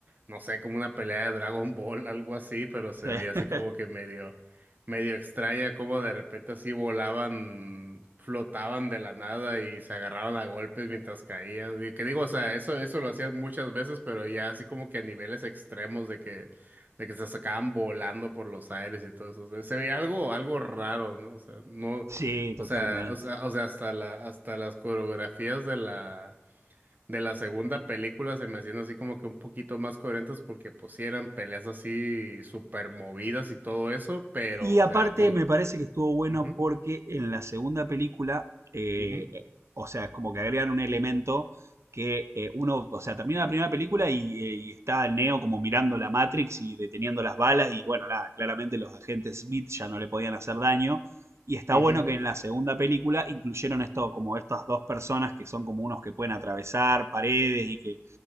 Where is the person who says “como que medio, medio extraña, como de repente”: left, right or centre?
Right